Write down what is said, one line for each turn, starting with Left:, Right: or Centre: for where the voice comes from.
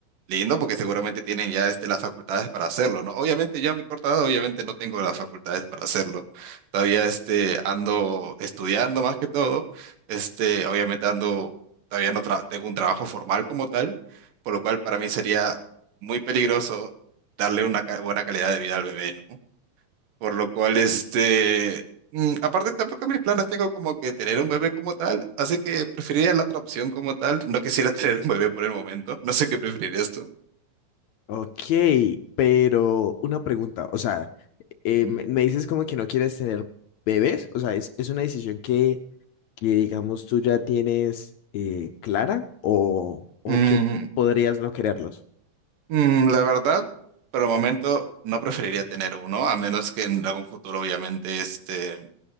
Right: lindo porque seguramente tienen ya este, las facultades para hacerlo, ¿no? Obviamente yo a mi corta edad obviamente no tengo las facultades para hacerlo. Todavía este, ando estudiando más que todo. Este, obviamente ando, todavía no tra- tengo un trabajo formal como tal, por lo cual para mí sería muy peligroso darle una ca- buena calidad de vida al bebé, ¿no? Por lo cual, este, mm, aparte tampoco mis planes tengo como que tener un bebé como tal, así que preferiría la otra opción como tal. No quisiera <laughs> tener un bebé por el momento, no sé qué preferirías tú.
Left: Ok, pero una pregunta, o sea, eh,
Right: Ujú.
Left: me, me dices como que no quieres tener bebés, o sea, es, es una decisión que que digamos tú ya tienes eh, clara o, o
Right: Mm,
Left: que podrías no quererlos.
Right: mm, la verdad, por el momento no preferiría tener uno, a menos que en algún futuro obviamente este,